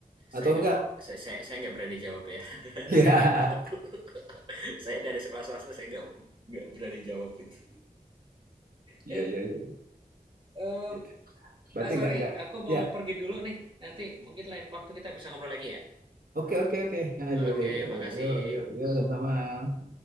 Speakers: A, on the right; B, on the right.
A: atau
B: saya nggak
A: enggak?
B: saya saya saya nggak berani jawab ya <laughs>
A: <laughs>
B: saya nggak tahu <laughs> saya dari sekolah swasta saya nggak nggak berani jawab itu
A: Ya,
B: eh,
A: ya, ya,
B: em,
A: ya. Berarti
B: ah, sorry
A: enggak enggak.
B: aku
A: Ya,
B: mau pergi dulu nih nanti mungkin lain waktu kita bisa ngobrol lagi ya
A: Oke oke oke. Ayo
B: oke
A: yo yo
B: makasih
A: yo yo yo yo, sama-sama.